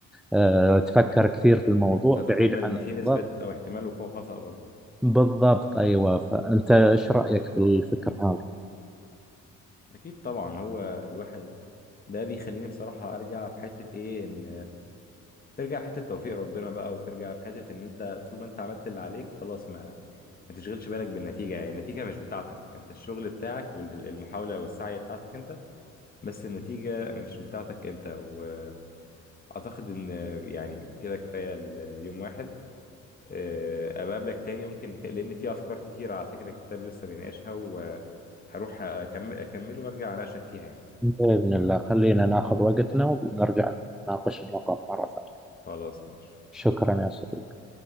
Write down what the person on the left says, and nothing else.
م. تتقبل
ان
في
نسبة او احتمال وقوع خطأ برضه
اكيد طبعا هو الواحد ده بيخليني بصراحة ارجع في حتة ايه ان ترجع حته توفيق ربنا بقى وترجع في حته ان انت طول ما انت عملت اللي عليك خلاص ما ما تشغلش بالك بالنتيجه يعني النتيجه مش بتاعتك انت الشغل بتاعك والمحاوله والسعي بتاعتك انت بس النتيجه مش بتاعتك انت واعتقد ان يعني كده كفايه اليوم واحد آه، ابقى اقابلك تاني يمكن نك- لان في افكار كتيره على فكره الكتاب لسه بيناقشها وهروح أكم- اكمل وارجع اناقشك فيها يعني
خلاص ماشي